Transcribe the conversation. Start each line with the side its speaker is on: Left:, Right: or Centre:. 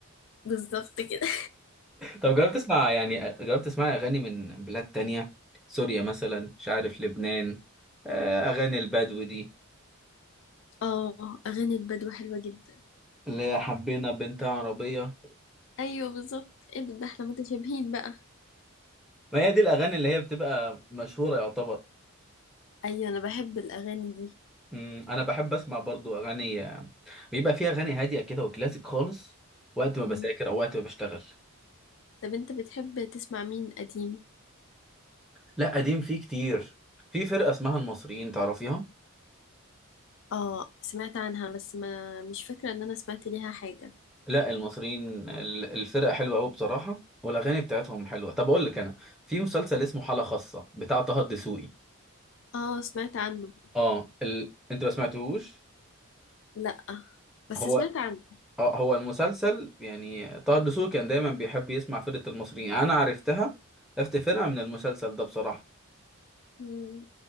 Left: بالظبط كده
Centre: طب جربت تسمع يعني جربت تسمع اغاني من بلاد تانية سوريا مثلا مش عارف لبنان آه، اغاني البدو دي
Left: <laughs> اه أغاني البدو حلوة جدا
Centre: اللي هي حبينا بنت عربية
Left: أيوة بالظبط ايه ده ده احنا متشابهين بقى
Centre: ما هي دي الأغاني اللي هي بتبقى مشهورة يعتبر
Left: أيوة أنا بحب الأغاني دي
Centre: مم، أنا بحب أسمع برضو أغاني بيبقى فيها أغاني هادية كده وكلاسيك خالص وقت ما
Left: مم.
Centre: بذاكر أو وقت ما بشتغل
Left: طب أنت بتحب تسمع مين قديم؟
Centre: لا قديم فيه كتير في فرقة اسمها المصريين تعرفيها
Left: اه سمعت عنها بس ما مش فاكرة ان انا سمعت ليها حاجة
Centre: لا المصريين ال- الفرقة حلوة أوي بصراحة والأغاني بتاعتهم حلوة طب أقول لك أنا في مسلسل اسمه حالة خاصة بتاع طه الدسوقي
Left: اه سمعت عنه
Centre: اه ال... أنت ما سمعتهوش
Left: لا بس
Centre: هو
Left: سمعت عنه
Centre: اه هو المسلسل يعني طه الدسوقي كان دايما بيحب يسمع فرقة المصريين انا عرفتها عرفت فرقة من المسلسل ده بصراحة
Left: مم.